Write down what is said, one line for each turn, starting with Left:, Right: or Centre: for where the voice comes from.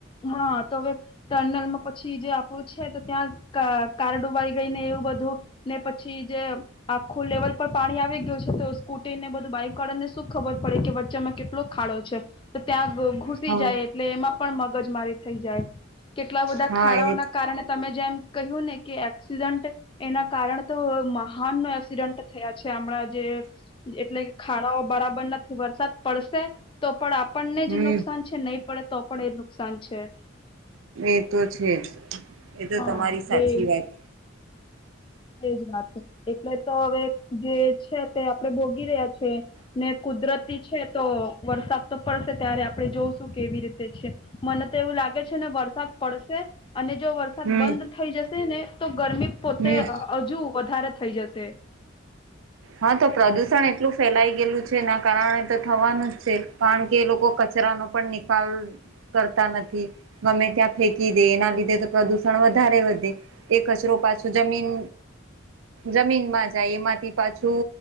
Left: હા તો હવે ટનલમાં પછી જે આપણું છે તો ત્યાં અ કાર ડુબાઈ ગઈ ને એવું બધું ને પછી જે આખું લેવલ પર પાણી આવી ગયું છે તો સ્કૂટીને બધું બાઈક વાળા ને શું ખબર પડે કે વચ્ચામાં કેટલો ખાડો છે તો ત્યાં ઘૂસી
Right: હા
Left: જાય એટલે એમાં પણ મગજ મારી થઈ જાય. કેટલા બધા
Right: હા
Left: ખાડાઓના
Right: એ
Left: કારણે તમે જેમ કહ્યું ને કે એક્સિડન્ટ એના કારણે તો મહાન નો એક્સિડન્ટ થયા છે હમણાં જે એટલે કે ખાડાઓ બરાબર નથી વરસાદ પડશે તો પણ આપણને
Right: હમ
Left: જ નુકસાન છે નહીં પડે તો પણ એ નુકસાન છે
Right: એ તો છે જ એ તો
Left: હા
Right: તમારી સાચી
Left: એ
Right: વાત
Left: એજ વાત એટલે તો હવે જે છે તે આપણેે ભોગી રહ્યા છે ને કુદરતી છે તો વરસાદ તો પડશે ત્યારે આપણે જોઉશું કેવી રીતે છે મને તો એવું લાગે છે ને વરસાદ પડશે અને જો વરસાદ
Right: હમ
Left: બંધ થઈ જશે ને તો ગરમી પોતે
Right: હમ
Left: હજુ વધારે થઈ જશે
Right: હા તો પ્રદુષણ એટલું ફેલાઈ ગયેલું છે એના કારણે તો થવાનું જ છે કારણ કે એ લોકો કચ ચરા નો પણ નિકાલ કરતા નથી ગમે ત્યાં ફેંકી દે એના લીધે તો પ્રદુષણ વધારે વધે એ કચરો પાછો જમીન જમીનમાં જાય એમાંથી પાછું